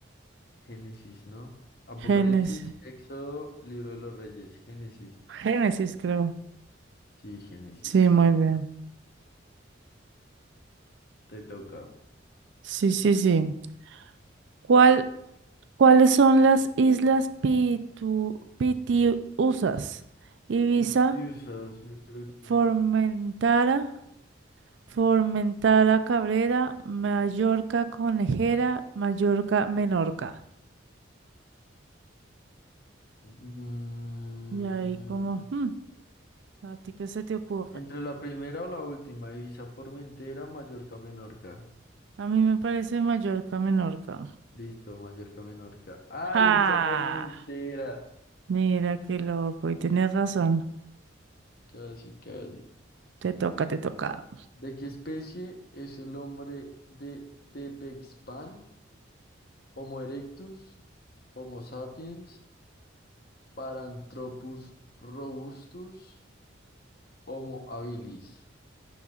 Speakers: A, on the left; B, on the right.
A: Génesis, ¿no? Apocalipsis,
B: Génesis.
A: Éxodo, Libro de los Reyes, Génesis.
B: Génesis, creo.
A: Sí, Génesis.
B: Sí, muy bien.
A: Te toca.
B: Sí, sí, sí. ¿Cuál, cuáles son las islas Pitu, Pitiusas? Ibiza,
A: Pitiusas, yo creo que.
B: Formentara, Formentara Cabrera, Mallorca Conejera, Mallorca Menorca.
A: Mm,
B: Y ahí como, "Hmm, ¿a ti qué se te ocurre?
A: Entre la primera o la última, Ibiza, Formentera, Mallorca, Menorca.
B: A mí me parece Mallorca, Menorca.
A: Listo, Mallorca, Menorca. ¡Ay,
B: ¡Ja!
A: Ibiza, Formentera!
B: Mira qué loco, y tienes razón.
A: Casi, casi.
B: Te toca, te toca.
A: ¿De qué especie es el hombre de Tepexpan? Homo erectus. Homo sapiens, Paranthropus robustus, Homo habilis.